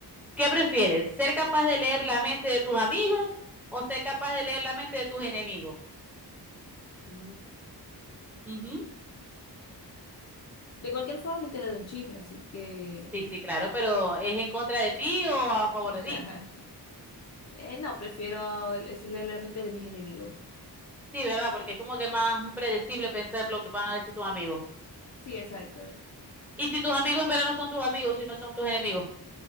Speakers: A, in the centre; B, on the left.
A: ¿Qué prefieres? ¿Ser capaz de leer la mente de tus amigos o ser capaz de leer la mente de tus enemigos?
B: Uh.
A: Ujú.
B: De cualquier forma me enteré de un chisme, así que...
A: Sí, sí, claro, pero ¿es en contra de ti o a favor
B: <laughs>
A: de ti?
B: Eh, no, prefiero a- leer la mente de mis enemigos.
A: Sí, ¿verdad? Porque es como que más predecible pensar lo que van a decir tus amigos.
B: Sí, exacto.
A: Y si tus amigos en verdad no son tus amigos, si no son tus enemigos.